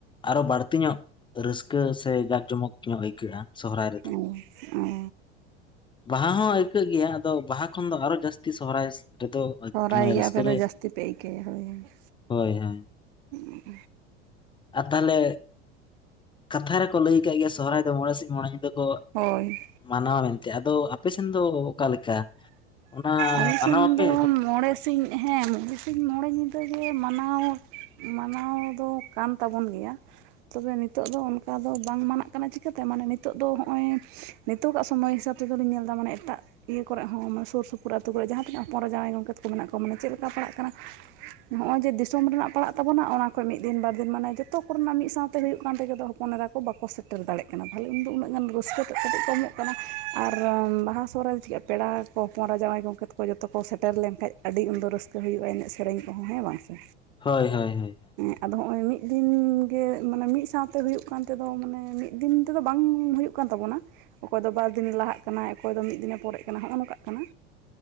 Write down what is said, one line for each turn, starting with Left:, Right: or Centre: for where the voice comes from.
Left: ᱟᱨᱚ ᱵᱟᱹᱲᱛᱤ ᱧᱚᱜ ᱨᱟᱹᱥᱠᱟᱹ ᱥᱮ ᱡᱟᱠ ᱡᱚᱢᱚᱠ ᱧᱚᱜ ᱟᱹᱭᱠᱟᱹᱜᱼᱟ ᱥᱚᱦᱨᱟᱭ ᱨᱮᱫᱚ <inaudible>
Right: ᱚ ᱚ
Left: ᱵᱟᱦᱟ ᱦᱚᱸ ᱟᱹᱭᱠᱟᱹᱜ ᱜᱮᱭᱟ ᱟᱫᱚ ᱵᱟᱦᱟ ᱠᱷᱚᱱ ᱫᱚ ᱟᱨᱚ ᱡᱟᱹᱥᱛᱤ ᱥᱚᱦᱨᱟᱭ <unintelligible>
Right: <inaudible> ᱥᱚᱦᱨᱟᱭ
Left: ᱢᱟᱱᱮ
Right: ᱜᱮ
Left: ᱨᱟᱹᱥᱠᱟᱹ
Right: ᱟᱯᱮ ᱫᱚ
Left: ᱞᱮ
Right: ᱡᱟᱹᱥᱛᱤ ᱯᱮ ᱟᱹᱭᱠᱟᱹᱭᱟ ᱦᱳᱭ ᱦᱳᱭ <inaudible>
Left: ᱦᱳᱭ ᱦᱳᱭ
Right: <unintelligible>
Left: <inaudible> ᱟᱨ ᱛᱟᱦᱚᱞᱮ ᱠᱟᱛᱷᱟ ᱨᱮᱠᱚ ᱞᱟᱹᱭ ᱠᱟᱜ ᱜᱮᱭᱟ ᱥᱚᱦᱨᱟᱭ ᱫᱚ ᱢᱚᱬᱮ ᱥᱤᱧ ᱢᱚᱬᱮ ᱧᱤᱫᱟᱹ ᱠᱚ
Right: ᱦᱳᱭ
Left: ᱢᱟᱱᱟᱣᱟ ᱢᱮᱱᱛᱮ ᱟᱫᱚ ᱟᱯᱮ ᱥᱮᱱ ᱫᱚ ᱚᱠᱟ ᱞᱮᱠᱟ ᱚᱱᱟ
Right: ᱟᱞᱮ
Left: ᱢᱟᱱᱟᱣ
Right: ᱥᱮᱱ
Left: ᱟᱯᱮ
Right: ᱫᱚ ᱢᱚᱬᱮ ᱥᱤᱧ ᱦᱮᱸ ᱢᱚᱬᱮ ᱥᱤᱧ ᱢᱚᱬᱮ ᱧᱤᱫᱟᱹ ᱜᱮ ᱢᱟᱱᱟᱣ <inaudible> ᱢᱟᱱᱟᱣ ᱫᱚ ᱠᱟᱱ ᱛᱟᱵᱚᱱ ᱜᱮᱭᱟ ᱛᱚᱵᱮ ᱱᱤᱛᱚᱜ ᱫᱚ ᱚᱱᱠᱟ ᱫᱚ ᱵᱟᱝ ᱢᱟᱱᱟᱜ ᱠᱟᱱᱟ ᱪᱤᱠᱟᱹᱛᱮ ᱢᱟᱱᱮ ᱱᱤᱛᱚᱜ ᱫᱚ ᱦᱚᱜᱼᱚᱸᱭ <inaudible> ᱱᱤᱛᱚᱜᱟᱜ ᱥᱚᱢᱚᱭ ᱦᱤᱥᱟᱹᱵ ᱛᱮᱫᱚᱞᱤᱧ ᱧᱮᱞ ᱫᱟ ᱢᱟᱱᱮ ᱮᱴᱟᱜ ᱤᱭᱟᱹ ᱠᱚᱨᱮ ᱦᱚᱸ ᱢᱟᱱᱮ ᱥᱩᱨ <unintelligible> ᱯᱩᱨᱟᱹ ᱟᱹᱛᱩ ᱠᱚᱨᱮ ᱡᱟᱦᱟᱸ ᱛᱤᱱᱟᱹᱜ ᱦᱚᱯᱚᱱ ᱮᱨᱟ ᱡᱟᱶᱟᱭ ᱜᱚᱝᱠᱮ ᱛᱟᱠᱚ ᱢᱮᱱᱟᱜ ᱠᱚᱣᱟ ᱢᱟᱱᱮ ᱪᱮᱫ ᱞᱮᱠᱟ ᱯᱟᱲᱟᱜ ᱠᱟᱱᱟ <inaudible> <inaudible> ᱦᱚᱜᱼᱚᱸᱭ ᱡᱮ ᱫᱤᱥᱚᱢ ᱨᱮᱱᱟᱜ ᱯᱟᱲᱟᱜ ᱛᱟᱵᱚᱱᱟ ᱚᱱᱟ ᱠᱷᱚᱡ ᱢᱤᱫ ᱫᱤᱱ ᱵᱟᱨ ᱫᱤᱱ ᱢᱟᱱᱮ ᱡᱚᱛᱚ ᱠᱚᱨᱮᱱᱟᱜ ᱢᱤᱫ ᱥᱟᱶᱛᱮ ᱦᱩᱭᱩᱜ ᱠᱟᱱ ᱛᱮᱜᱮ ᱫᱚ ᱦᱚᱯᱚᱱ ᱮᱨᱟ ᱵᱟᱠᱚ ᱥᱮᱴᱮᱨ ᱫᱟᱲᱮᱜ ᱠᱟᱱᱟ ᱛᱟᱦᱚᱞᱮ ᱩᱱᱫᱚ ᱩᱱᱟᱹᱜ ᱜᱟᱱ ᱨᱟᱹᱥᱠᱟᱹ ᱛᱮᱫ ᱠᱟᱹᱴᱤᱡ ᱠᱚᱢᱚᱜ ᱠᱟᱱᱟ ᱟᱨ ᱵᱟᱦᱟ ᱥᱚᱦᱨᱟᱭ ᱫᱚ <unintelligible> ᱯᱮᱲᱟ ᱠᱚ ᱦᱚᱯᱚᱱ ᱮᱨᱟ ᱡᱟᱶᱟᱭ ᱜᱚᱝᱠᱮ ᱛᱟᱠᱚ ᱡᱚᱛᱚ ᱠᱚ ᱥᱮᱴᱮᱨ ᱞᱮᱱᱠᱟᱡ ᱟᱹᱰᱤ ᱩᱱᱫᱚ ᱨᱟᱹᱥᱠᱟᱹ ᱦᱩᱭᱩᱜᱼᱟ ᱮᱱᱮᱡ ᱥᱮᱨᱮᱧ ᱠᱚᱦᱚᱸ ᱦᱮᱸ ᱵᱟᱝ ᱥᱮ
Left: ᱦᱳᱭ ᱦᱳᱭ ᱦᱳᱭ
Right: <unintelligible> ᱟᱫᱚ ᱦᱚᱜᱼᱚᱸᱭ ᱢᱤᱫ ᱫᱤᱱ ᱜᱮ ᱢᱟᱱᱮ ᱢᱤᱫ ᱥᱟᱶᱛᱮ ᱦᱩᱭᱩᱜ ᱠᱟᱱ ᱛᱮᱫᱚ ᱢᱟᱱᱮ ᱢᱤᱫ ᱫᱤᱱ ᱛᱮᱫᱚ ᱵᱟᱝ ᱦᱩᱭᱩᱜ ᱦᱩᱭᱩᱜ ᱠᱟᱱ ᱛᱟᱵᱚᱱᱟ ᱚᱠᱚᱭ ᱫᱚ ᱵᱟᱨ ᱫᱤᱱᱮ ᱞᱟᱦᱟᱜ ᱠᱟᱱᱟᱭ ᱚᱠᱚᱭ ᱫᱚ ᱢᱤᱫ ᱫᱤᱱᱮ ᱯᱚᱨᱮᱜ ᱠᱟᱱᱟ ᱦᱚᱜᱼᱚᱸᱭ ᱱᱚᱝᱠᱟᱜ ᱠᱟᱱᱟ